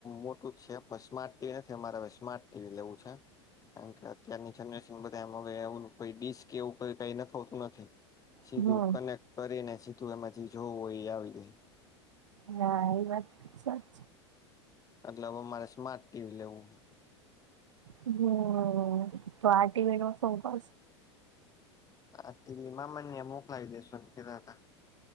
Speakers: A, on the left; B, on the right.
A: મોટું છે પણ સ્માર્ટ ટીવી નથી અમારે હવે સ્માર્ટ ટીવી લેવું છે <unintelligible> કારણ કે અત્યારની જનરેશન બધામ હવે એવું ડીશ એવું કઈ ના થતું નથી સીધું
B: હમ્મ
A: કનેક્ટ કરીને સીધું એમાંથી જોવું એ આવી જાય
B: ના એ વાત સાચ
A: એટલે હવે મારે સ્માર્ટ ટીવી લેવું હોય
B: હમ તો આટી વળમાં સૌપ
A: આ ટીવી મનને મોકલાવી દેસો કીધા હતા